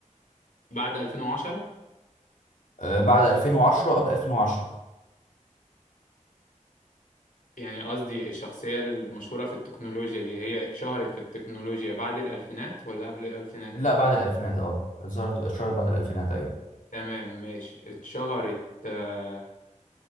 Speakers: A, on the left; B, on the left.
A: بعد 2010
B: آه بعد 2010 وقبل 2010
A: يعني قصدي الشخصية المشهورة في التكنولوجيا دي هي اتشهرت في التكنولوجيا بعد الألفينات ولا قبل الألفينات؟
B: لا بعد الألفينات اه اتظهرت اتشهرت بعد الألفينات أيوه
A: تمام ماشي اتشهرت آه،